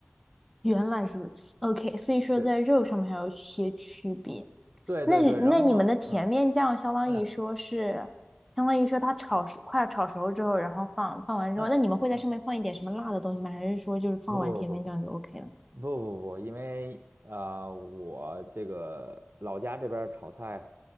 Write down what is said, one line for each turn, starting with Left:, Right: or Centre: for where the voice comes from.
Centre: 原来如此。OK，所以说在肉上面还有一些区别。
Right: 对对对对，
Centre: 那那你们的甜面酱相当于说是，
Right: 然后嗯嗯
Centre: 相当于说它炒熟，快要炒熟之后，然后放放完之后，
Right: 嗯嗯，
Centre: 那你们会在上面放一点什么辣的东西吗？还是说就是放完甜面酱就
Right: 不不不不。
Centre: OK 了？
Right: 不不不，因为呃，我这个老家这边儿炒菜